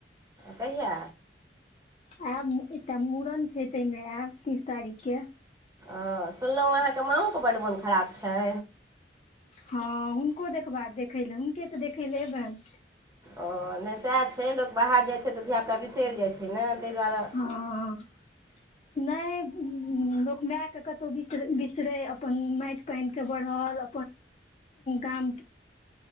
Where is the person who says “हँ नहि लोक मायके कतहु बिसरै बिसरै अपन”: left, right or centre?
Left